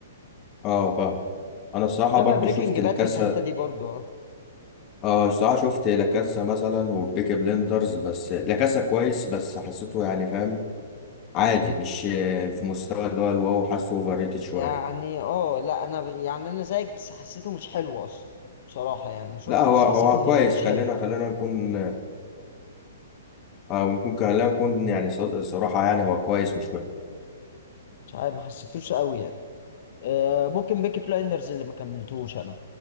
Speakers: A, on the left; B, on the left.
A: اه فاهم انا الصراحه
B: شبه
A: برضو
B: بريكنج
A: شفت
B: باد
A: لاكاسا
B: في الحتة دي برضو اه
A: اه الصراحه شفت لاكاسا مثلا وبيكي بلندرز بس لاكاسا كويس بس حسيته يعني فاهم عادي مش آه، في مستوى اللي هو الواو حاسه اوفر ريتد شويه
B: يعني اه لا انا ب- يعني انا زيك بس حسيته مش حلو اصلا بصراحة يعني شفته
A: لا هو
B: بس
A: هو
B: حسيته م-
A: كويس
B: مش
A: خلينا
B: حلو
A: خلينا نكون آه نكون خلينا نكون يعني صد- صراحه يعني هو كويس مش وحش
B: مش عارف ما حسيتوش قوي يعني آه ممكن بيكي بلايندرز اللي ما كملتوش انا